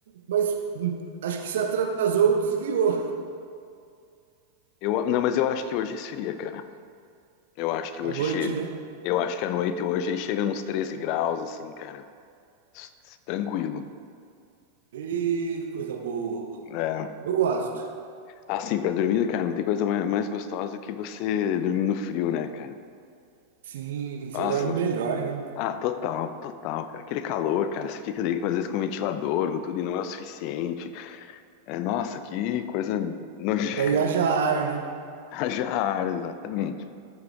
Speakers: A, on the right; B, on the left.
A: Mas, hum, acho que se atrasou, desviou
B: eu, não, mas eu acho que hoje esfria, cara. Eu acho que
A: à
B: hoje
A: noite,
B: chega.
A: né?
B: Eu acho que à noite hoje aí chega nos 13 graus, assim, cara. S- s- Tranquilo.
A: E coisa boa.
B: É.
A: Eu gosto.
B: Assim, pra dormir, cara, não tem coisa mais mais gostosa do que você dormir no frio, né, cara?
A: Sim, você
B: Nossa,
A: dorme melhor, né?
B: Ah, total, total, cara. Aquele calor, cara, você fica daí às vezes com ventilador, com tudo e não é o suficiente. É, nossa, que coisa nojenta.
A: Daí haja ar, né?
B: <laughs> Haja ar, exatamente.